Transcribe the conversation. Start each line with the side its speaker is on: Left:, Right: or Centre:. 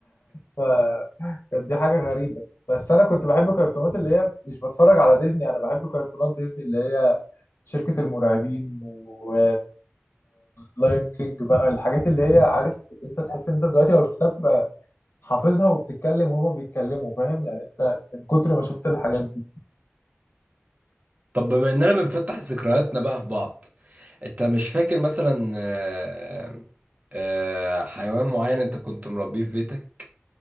Left: فكانت دي حاجه غريبه بس انا كنت بحب الكرتونات اللي هي مش بتفرج على ديزني انا بحب كرتونات ديزني اللي هي شركة المرعبين و... ولايون كينج بقى الحاجات اللي هي عارف إن انت تحس ان انت دلوقتي لو شفتها بتبقى حافظها وبتتكلم وهما بيتكلموا فاهم يعني انت من كتر ما شفت الحاجات دي
Right: طب بما اننا بنفتح ذكرياتنا بقى في بعض انت مش فاكر مثلا آه، آه، حيوان معين انت كنت مربيه في بيتك